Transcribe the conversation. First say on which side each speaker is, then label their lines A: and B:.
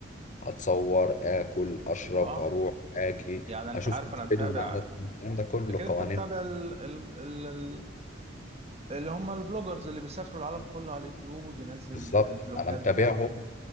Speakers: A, on the left; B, on the right.
A: اتصور اكل اشرب
B: اه
A: اروح اجي
B: يعني انت
A: اشوف
B: عارف
A: تقاليدهم
B: انا متابع
A: وعاداتهم الكلام ده كله
B: اكيد انت
A: قوانين
B: متابع ال... ال... ال... ال- اللي هم الفلوجرز اللي بيسافروا العالم كله على اليوتيوب وبينزل
A: بالظبط
B: الفلوجات
A: انا متابعهم
B: بتاعته